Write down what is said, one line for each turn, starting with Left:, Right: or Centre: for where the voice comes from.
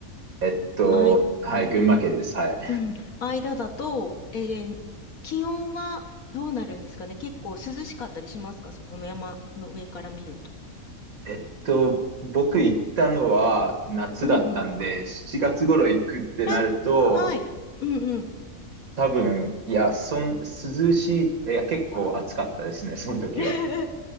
Right: えっと、
Left: あ
Right: はい、群馬県です。はい。
Left: うん、間だと、えー気温はどうなるんですかね結構涼しかったりしますかそこの山の上から見ると。
Right: えっと、僕行ったのは夏だったんで、
Left: うんうん。
Right: 7月頃行くってなると、
Left: え、はい。うんうん。
Right: 多分、いや、そん、涼しい、いや、結構暑かったですね、その時は。
Left: <laughs>